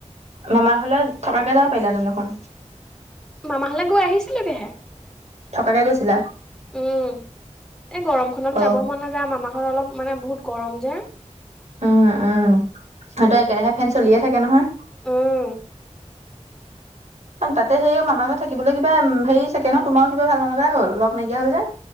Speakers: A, on the right; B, in the centre.
A: মামা ঘলে থকাকে যাব পাৰিলা হেতেন দেখোন।
B: মামাঘৰলে গৈ আহিছিলোগেহে।
A: থকাকে গৈছিলা
B: উম এই গৰমখনত
A: অ
B: যাব মন নাযায় মামাক- অলপ মানে বহুত গৰম যে,
A: উম উম সিহতৰ একেৰাহে ফেন চলিয়ে থাকে নহয়।
B: উম'
A: তাতে সেই মামাৰ ঘৰত থাকিবলৈ কিবা হেৰি চাগে ন তোমাৰ কিবা ভাল নলগাই হ'ল লগ নাইকিয়া হ'ল যে।